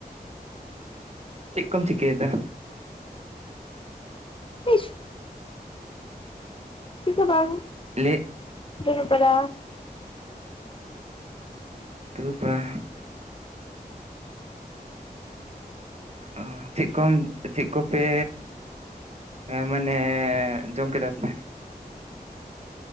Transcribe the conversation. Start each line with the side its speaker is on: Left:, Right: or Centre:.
Right: ᱪᱮᱜ ᱠᱚᱢ ᱪᱤᱠᱟᱹᱭ ᱫᱟ?
Left: ᱤᱥ ᱪᱮᱜ ᱜᱮ ᱵᱟᱝ
Right: ᱞᱟᱹᱭ
Left: ᱫᱩᱲᱩᱵ ᱵᱟᱲᱟ।
Right: ᱫᱩᱨᱩᱵ ᱵᱟᱲᱟ? ᱚ ᱪᱮᱜ ᱠᱚᱢ ᱪᱮᱜ ᱠᱚᱯᱮ? ᱮ ᱢᱟᱱᱮ ᱡᱚᱢ ᱠᱮᱫᱟ ᱯᱮ?